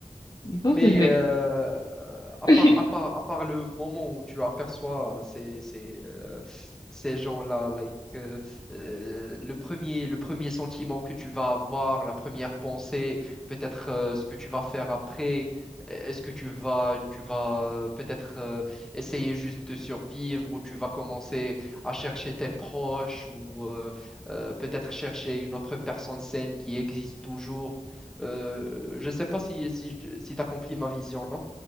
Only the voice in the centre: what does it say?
Mais
euh, euh, à
part, à part, à part le moment où tu aperçois euh, ces, ces, euh, ces gens-là, like, euh, euh, le premier, le premier sentiment que tu vas avoir, la première pensée, peut-être euh, ce que tu vas faire après, euh, est-ce que tu vas, tu vas euh, peut-être euh, essayer juste de survivre ou tu vas commencer à chercher tes proches ou euh, euh, peut-être chercher une autre personne saine qui existe toujours. Euh, je sais pas si, si, si tu accomplis ma vision, non?